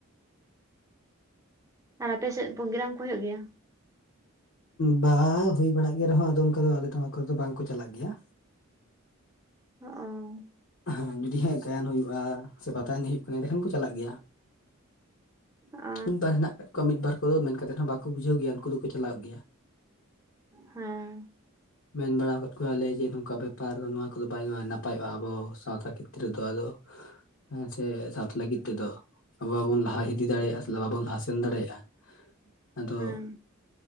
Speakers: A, on the right; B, on the left.
A: ᱟᱨ ᱟᱯᱮᱥᱮᱫ ᱯᱨᱳᱜᱨᱟᱢ ᱠᱚ ᱦᱩᱭᱩᱜ ᱜᱮᱭᱟ
B: ᱵᱟ ᱦᱩᱭ ᱵᱟᱲᱟᱜ ᱜᱮ ᱨᱮᱦᱚᱸ ᱟᱫᱚ ᱚᱱᱠᱟ ᱟᱞᱮ ᱫᱚ ᱱᱚᱣᱟ ᱠᱚᱨᱮ ᱫᱚ ᱵᱟᱝᱠᱚ ᱪᱟᱞᱟᱜ ᱜᱮᱭᱟ
A: ᱚ
B: ᱮᱸ ᱡᱩᱫᱤ ᱦᱮᱸ ᱜᱟᱭᱟᱱ ᱦᱩᱭᱩᱜᱼᱟ ᱥᱮ ᱯᱟᱛᱟ ᱮᱱᱮᱡ ᱦᱩᱭᱩᱜ ᱠᱟᱱᱟ ᱮᱸᱰᱮᱠᱷᱟᱱ ᱠᱚ ᱪᱟᱞᱟᱜ ᱜᱮᱭᱟ
A: ᱚ
B: ᱢᱤᱫ ᱵᱟᱨ ᱦᱮᱱᱟᱜ ᱠᱟᱫ ᱠᱚᱣᱟ ᱢᱤᱫ ᱵᱟᱨ ᱠᱚᱫᱚ ᱢᱮᱱ ᱠᱟᱛᱮᱫ ᱦᱚᱸ ᱵᱟᱠᱚ ᱵᱩᱡᱷᱟᱹᱣ ᱜᱮᱭᱟ ᱩᱱᱠᱩ ᱫᱚᱠᱚ ᱪᱟᱞᱟᱜ ᱜᱮᱭᱟ
A: ᱦᱮᱸ
B: ᱢᱮᱱ ᱵᱟᱲᱟ ᱟᱠᱟᱫ ᱠᱚᱣᱟᱞᱮ ᱡᱮ ᱱᱚᱝᱠᱟ ᱵᱮᱯᱟᱨ ᱱᱚᱣᱟ ᱠᱚᱫᱚ ᱵᱟᱭ ᱱᱟᱯᱟᱭᱚᱜᱼᱟ ᱟᱵᱚ ᱥᱟᱶᱛᱟ ᱠᱷᱮᱛᱨᱮ ᱫᱚ ᱟᱫᱚ ᱦᱮᱸ ᱥᱮ ᱥᱟᱶᱛᱟ ᱞᱟᱹᱜᱤᱫ ᱛᱮᱫᱚ ᱟᱵᱚ ᱵᱟᱵᱚᱱ ᱞᱟᱦᱟ ᱤᱫᱤ ᱫᱟᱲᱮᱭᱟᱜᱼᱟ ᱥᱮ ᱵᱟᱵᱚᱱ ᱞᱟᱦᱟ ᱥᱮᱱ ᱫᱟᱲᱮᱭᱟᱜᱼᱟ ᱟᱫᱚ
A: ᱦᱮᱸ